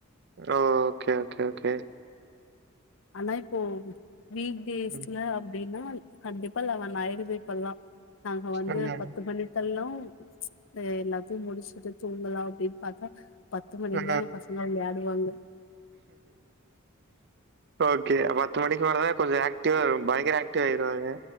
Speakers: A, on the right; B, on the left.
A: ஓகே ஓகே ஓகே
B: ஆனா இப்போ வீக்டேஸ்ல
A: ம்.
B: அப்டின்னா கண்டிப்பா லவ்வன் ஆய்டுது இப்பல்லா நாங்க வந்து
A: ம்.
B: பத்து மணிதள்ளு த எல்லாத்தையு முடிச்சுட்டு தூங்கலா அப்டின்னு பாத்தா பத்து மணிக்குதா
A: ஆ.
B: எ பசங்க விளையாடுவாங்க
A: ஓகே பத்து மணிக்கு மேலத்தா கொஞ்சொ ஆக்டிவா பய் ங்கற ஆக்டிவ் ஆய்ருவாங்க